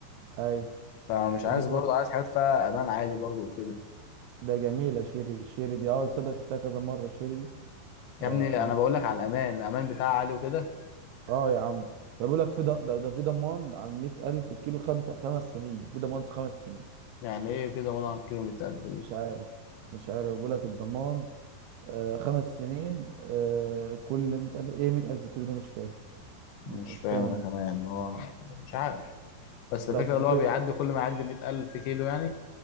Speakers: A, on the right; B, on the left.
A: ايوه
B: فمش عايز
A: دي كويس
B: برضه عايز حاجات فيها امان عالي برضه وكده
A: ده جميلة شيري الشيري دي اه تصدق شفتها كذا مرة الشيري دي
B: يا
A: اه
B: ابني
A: بيقول-
B: انا بقول لك على الامان الامان بتاعها عالي وكده
A: اه يا عم ده بيقول لك في ض- ده, ده في ضمان على مية ألف الكيلو خمسة خمس سنين في ضمان خمس سنين
B: يعني ايه في ضمان على الكيلومتر 1000 دي
A: مش عارف مش عارف بيقول لك الضمان آه خمس سنين آه كل مية ألف ايه مية ألف كيلو ده مش فاهم
B: مش
A: مش
B: فاهم
A: فاهم
B: انا كمان ان هو مش عارف بس الفكره
A: ده
B: اللي
A: وفي
B: هو بيعدي كل ما يعدي 100000 كيلو يعني